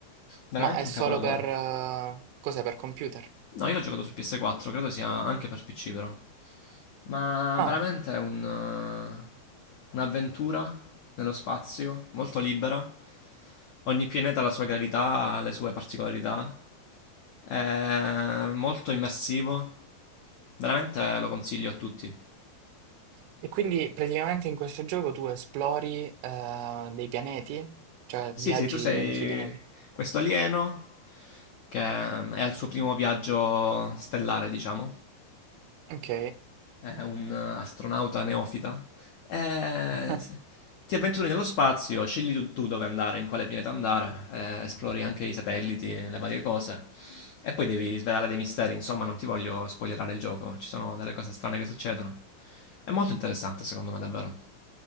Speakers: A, on the left; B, on the right.
A: veramente
B: ma è
A: un
B: solo
A: capolavoro.
B: per... eh, cos'è? Per computer.
A: No, io l'ho giocato su PS4, credo sia anche per PC però. Ma
B: Ah,
A: veramente è un, eh, un'avventura nello spazio, molto libera. Ogni pianeta ha la sua gravità, ha le sue particolarità. È molto immersivo. Veramente lo consiglio a tutti.
B: e quindi praticamente in questo gioco tu esplori eh, dei pianeti, cioè
A: Sì,
B: viaggi
A: sì, tu sei
B: sui pianeti.
A: questo alieno che è al suo primo viaggio stellare, diciamo.
B: Ok.
A: è un astronauta neofita, eh,
B: <laughs>
A: ti avventuri nello spazio, scegli tu, tu dove andare, in quale pianeta andare, eh, esplori anche i satelliti, le varie cose. E poi devi svelare dei misteri, insomma, non ti voglio spoilerare il gioco, ci sono delle cose strane che succedono. È molto interessante, secondo me, davvero.